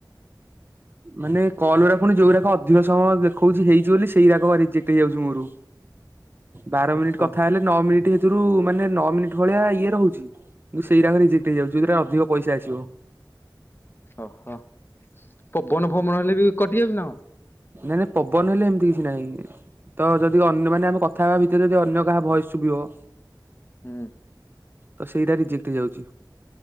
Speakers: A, on the right; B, on the left.
A: ମାନେ କଲଉରା ପୁଣି ଯୋଉ ରାକ ଅଧିକ ସମୟ ଦେଖଉଚି ହେଇଚି ବୋଲି ସେଇରାକ ରିଜେକ୍ଟ ହେଇଯାଉଚି ମୋର। ବାର
B: ଓହୋ।
A: ମିନିଟ କଥା ହେଲେ ନଅ ମିନିଟ୍ ହେଥିରୁ ମାନେ ନଅ ମିନିଟ ଭଳିଆ ଇଏ ରହୁଚି। ତ ସେଇଟା କ ରିଜେକ୍ଟ ହେଇଯାଉଚି ଯୋଉରା ଅଧିକ ପଇସା ଆସିବ।
B: ଓହୋ ପବନ ଫବନ ହେଲେ ବି କଟିଯାଉଚି ନା କଣ।
A: ନାଇଁ ନାଇଁ ପବନ ହେଲେ ଏମ୍ତି କିଛି ନାଇଁ। ତ ଯଦି ଅନ୍ୟ ମାନେ ଆମେ କଥା ହେବା ଭିତରେ ଯଦି ଅନ୍ୟ କାହା ଭଏସ୍ ଶୁଭିବ।
B: ହୁଁ।
A: ତ ସେଇରା ରିଜେକ୍ଟ୍ ହେଇଯାଉଚି।